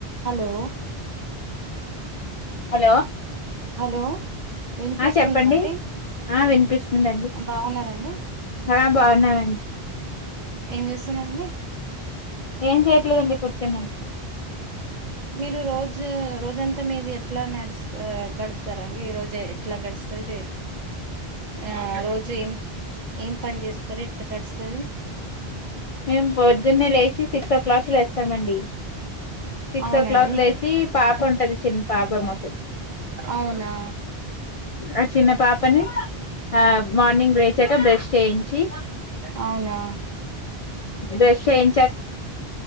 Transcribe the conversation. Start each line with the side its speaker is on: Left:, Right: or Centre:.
Right: Hello
Left: hello
Right: hello వినిపిస్తుందా
Left: ఆ చెప్పండి
Right: అండి
Left: ఆ వినిపిస్తుందండి
Right: బాగున్నారండి
Left: హ బాగున్నామండి
Right: ఏం చేస్తున్నారండి
Left: ఏం చెయట్లేదండి కూర్చున్నం
Right: మీరు రోజు రోజంతా మీది ఎట్లా నడుస్త గడుపుతారండి ఈ రోజు ఎట్లా గడుస్ తది చె ఆ రోజు ఏం ఏం పని చేస్తారు ఎట్లా గడుస్తది
Left: మేము పొద్దున్నే లేచి సిక్స్ ఓ క్లాక్ లేస్తామండి సిక్స్
Right: అవునండి
Left: ఓ క్లాక్ లేసి పాప ఉంటది చిన్న పాప మాకు
Right: అవునా
Left: ఆ చిన్న పాపని ఆ మార్నింగ్ లేచాక బ్రెష్ చేయించి
Right: అవునా
Left: బ్రెష్ చెయిం